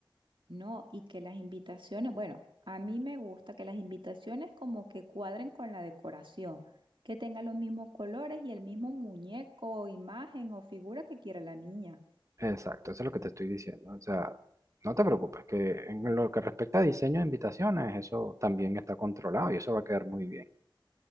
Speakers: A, on the right; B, on the right.
A: ¿no? Y que las invitaciones, bueno, a mí me gusta que las invitaciones como que cuadren con la decoración, que tengan los mismos colores y el mismo muñeco, imagen o figura que quiera la niña.
B: Exacto, eso es lo que te estoy diciendo. O sea, no te preocupes, que en lo que respecta a diseño de invitaciones, eso también está controlado y eso va a quedar muy bien.